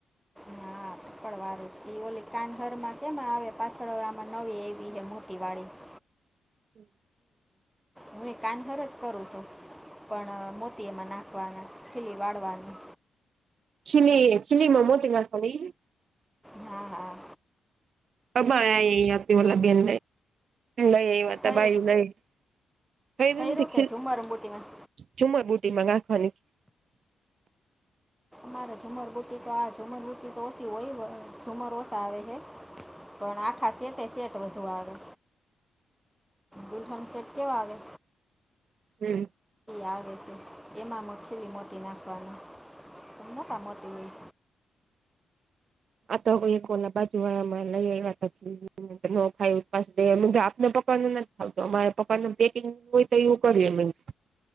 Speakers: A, in the centre; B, on the right (about 50°).
A: ના પણ વારું જ એ ઓલી કાન ઘરમાં કેમાં આવે પાછળ આમાં નવે એવી હ મોતી વાડી <inaudible>
B: હમ
A: હું એ કાન ઘર જ કરું છું. પણ મોતી એમાં નાખવાના ખીલી વાળવાની.
B: ખિલી ખીલીમાં મોતી નાખવા ન
A: હા હા.
B: અબ <unintelligible> આતી ઓલા બેન લઇ આય
A: ખૈરું
B: <unintelligible>
A: ખૈરું કે ઝુમર બુટીમાં
B: ચુમર બુટીમા નાખવાની
A: મારે ઝુમરગુટ્ટટી તો આ ઝુમરગુટ્ટટી તો ઓછી હોય ઝુમર ઓછા આવે હે પણ આખા સેટે સેટ વધુ આવે દુહન સેટ કેવા આવે
B: હમ
A: આવે છે એમાંમ ખીલી મોટી નાખવાનું મોટા મોટી હોય
B: આ તો એ ઓલા બાજુ વાળા મા લઈ આયવા તા <inaudible> ન ખાય પા આપને પકવાનું નથી ખાવતું અમારે પકવાનું પેકિંગ હોય. તો એવું કરીએ બેન.